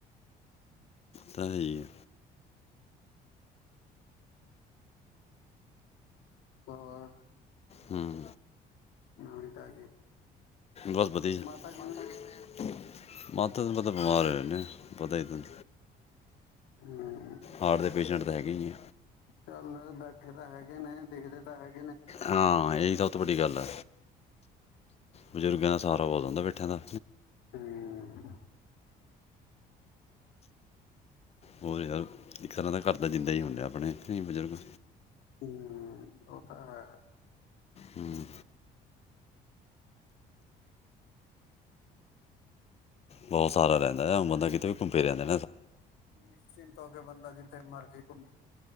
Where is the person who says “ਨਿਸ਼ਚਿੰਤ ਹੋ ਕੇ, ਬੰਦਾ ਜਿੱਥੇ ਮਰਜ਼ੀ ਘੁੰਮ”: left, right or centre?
Left